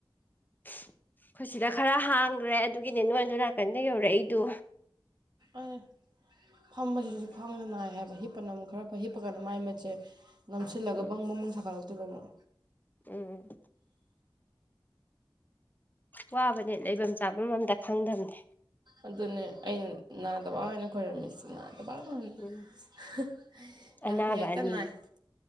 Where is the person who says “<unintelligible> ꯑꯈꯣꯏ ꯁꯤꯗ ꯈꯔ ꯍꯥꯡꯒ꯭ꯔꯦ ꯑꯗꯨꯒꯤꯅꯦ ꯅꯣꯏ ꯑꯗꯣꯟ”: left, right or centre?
Left